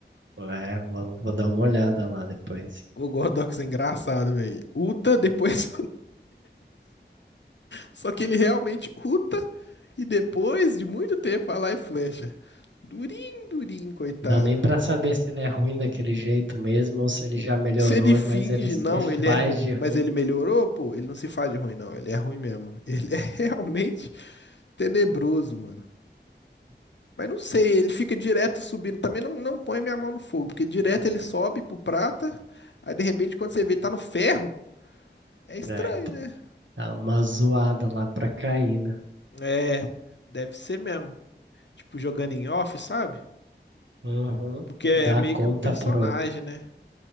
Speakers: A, on the right; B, on the left.
A: É, vou, vou dar uma olhada lá depois.
B: O Gordox é engraçado, velho. Uta, depois. <laughs> Só que ele realmente uta e depois de muito tempo vai lá e flecha. Durinho, durinho, coitado.
A: Não dá nem pra saber se ele é ruim daquele jeito mesmo ou se ele já melhorou,
B: Se ele finge,
A: mas ele se
B: não, ele
A: faz
B: é ruim.
A: de ruim.
B: Mas ele melhorou, pô. Ele não se faz de ruim, não. Ele é ruim mesmo. Ele é <laughs> realmente tenebroso, mano. Mas não sei, ele fica direto subindo. Também não, não põe minha mão no fogo, porque direto ele sobe pro prata. Aí de repente, quando você vê, ele tá no ferro. É estranho,
A: É, então,
B: né?
A: dá uma zoada lá pra cair, né?
B: É, deve ser mesmo. Tipo, jogando em off, sabe?
A: Uhum.
B: Porque é
A: Dá
B: meio
A: conta
B: que o personagem,
A: pro,
B: né?